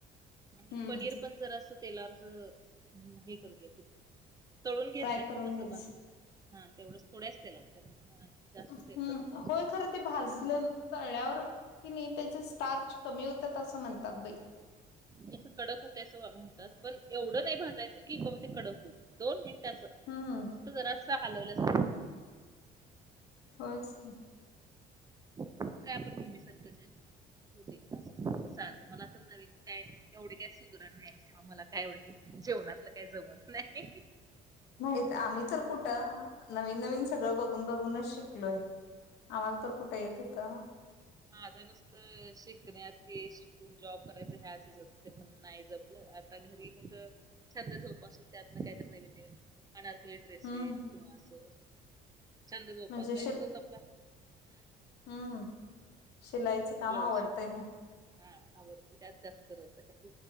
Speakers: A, on the right; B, on the left.
A: आणि
B: हम्म
A: पनीर पण जरा अस तेलावरच हे करून घ्यायच. तळून घेत
B: फ्राय
A: नाही
B: करून
A: असं
B: घ्यायच.
A: बघ हा तेवढंच थोड्याच त्याला कारण जास्त
B: हम्
A: तेलकट होते
B: होय खरं ते भाजलं तळ्यावर कि नाही त्याचे स्टार्च कमी होतात असं म्हणतात बाई
A: जसं कडक हो तसं म्हणतात पण एवढं नाही भाजायचं की बाबा ते कडक हो दोन मिनिट
B: हम्म
A: फ जरा अस हालवलं
B: होच कि.
A: मग काय आपण नेहमी सारखं ज हो अस साध मला असं नवीन काय एवढी काय सुगरण नाही तेव्हा मला काय आवड जेवणातलं काय जमत नाही.
B: माहित आम्ही तर कुठं नवीन नवीन सगळं बघून बघूनच शिकलोय. आम्हाला तर कुठे येत होता.
A: माझं नुसत शिकण्यात हे शिकून जॉब करायचं हे असेच ते पण नाही जमलं. घरी मग छंद झोप असून त्यात ना काय नथ ड्रेसेस
B: हम्म.
A: किंवा छ जोासय
B: म्हणजे शिल
A: त <inaudible>
B: हम्म शिलाईचं काम
A: ब्लाऊज
B: आवडतंय हे
A: हा आवडतो त्यात जास्त रस आहे.